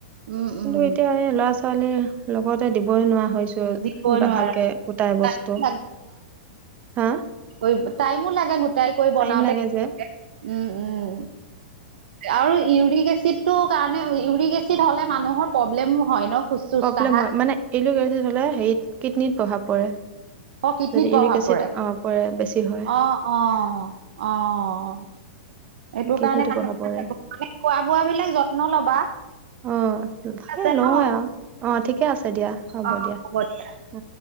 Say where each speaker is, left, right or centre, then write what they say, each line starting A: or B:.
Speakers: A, on the right (about 70°); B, on the right (about 25°).
A: উম
B: কিন্তু
A: উম
B: এতিয়া এই ল'ৰা ছোৱালীৰ লগতে দিবই নোৱাৰা হৈছো।
A: দিবই
B: টো বা
A: নোৱাৰা
B: ভালকে গোটাই বস্তু,
A: টাইম
B: হা?
A: কৰিব টাইমো লাগে গ টাই কৰি বনাওঁতে।
B: টাইম লাগে
A: উম,
B: যে
A: উম আৰু ইউৰিক এচিড টো কাৰণে ইউৰিক এচিড হ'লে মানুহৰ প্ৰব্লেম হয় ন? খোজ চোজ
B: প্ৰব্লেম
A: কাঢ়া
B: হয়। মানে ইউৰিক এচিড হ'লে হেৰিত কিডনিত প্ৰভাৱ পৰে।
A: অ', কিডনিত
B: যদি
A: প্ৰভাৱ
B: ইউৰিক এচিড
A: পৰে।
B: অ', পৰে বেছি হয়।
A: অ', অ', অ', এইটো
B: কিডনীটো
A: কাৰণে <unintelligible>
B: প্ৰভাৱ পৰে
A: মানে খোৱা বোৱাবিলাক যত্ন ল'বা।
B: অ',
A: ঠিক
B: সেই
A: আছে
B: লওঁৱে
A: ন
B: আৰু অ' ঠিকে আছে দিয়া হ'ব
A: অ
B: দিয়া।
A: হ'ব দিয়া।
B: অ